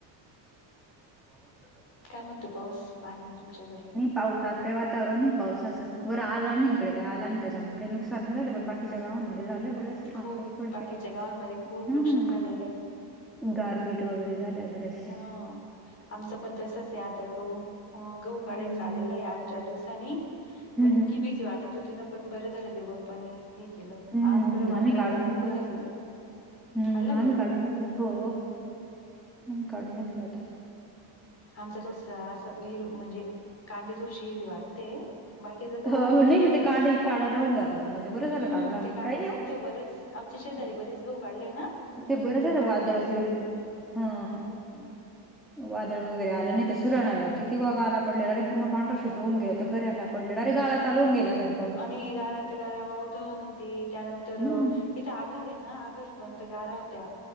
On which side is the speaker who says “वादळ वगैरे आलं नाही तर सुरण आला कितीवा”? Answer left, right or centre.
Centre